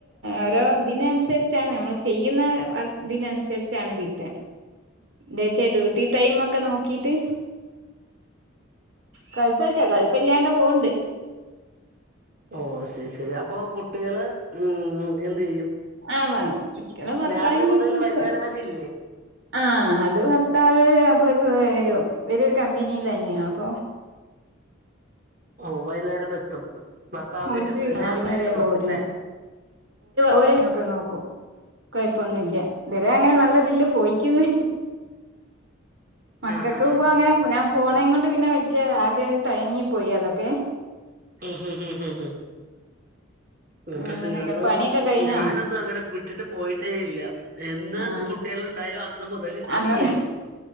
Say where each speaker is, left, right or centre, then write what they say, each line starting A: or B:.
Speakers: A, on the right; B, on the right.
A: ഓരോ ഇതിനനുസരിച്ചാണ് നമ്മൾ ചെയ്യുന്നർ ഇതിനനുസരിച്ചാണ് കി എന്താച്ചാ ഡ്യൂട്ടി ടൈമ ഒക്കെ നോക്കീട്ട് കുഴപ്പല്ലാ കുഴപ്പ ഇല്ലാണ്ട പോവണ്ട്
B: ഓ ശരി ശരി അപ്പൊ കുട്ടികള് ഉം എന്ത് ചെയ്യും
A: ആമാ ചിക്കന ഭർത്താവിന്റെ
B: രാവിലെ മുതൽ
A: അടുത്ത്ക്ക
B: വൈകുന്നേരം വരെ ഇല്ലേ
A: ആ അത് ഭർത്താവ് അപ്പ ൾക്ക് വരും ഇവർ ഒരു കമ്പനിൽ തന്നെയാ അപ്പൊ
B: ഓ വൈകുന്നേരം എത്തും ഭർത്താവ് വരും
A: ഓര്ക്ക്
B: അല്ലെ
A: നാല്
B: അമ്മ
A: മണി
B: വര്
A: വരെയൊള്ളൂ
B: നോക്കുംല്ലേ
A: ഓരു ഓര് ഒക്കെ നോക്കും കുഴപ്പൊന്നും ഇല്ല ത്വരെ അങ്ങനെ നല്ലതില് പോയിക്ക്ന്നു മക്കൊക്കെ
B: ആഹ് ആഹ് ആഹ്
A: ഇപ്പ അങ്ങനെ ഞാൻ
B: അപ്
A: പോണെ കൊണ്ട് പിന്നെ വല്ല്യ ആദ്യ തയങ്ങി പോയി അതൊക്കെ
B: ഉം ഉം ഉം ഉം ഉം ഉം പക്ഷെ
A: അങ്ങനെയൊക്കെ
B: ഞാൻ ഞങ്ങളൊന്നും
A: പണിയൊക്കെ കഴിഞ്ഞോ
B: ഞാനൊന്നും അങ്ങനെ വിട്ടിട്ട് പോയിട്ടേ ഇല്ല എന്ന്
A: ആ
B: കുട്ടികള് ഉണ്ടായോ അന്ന് മുതല്
A: അന്ന്
B: ഈ ഇരു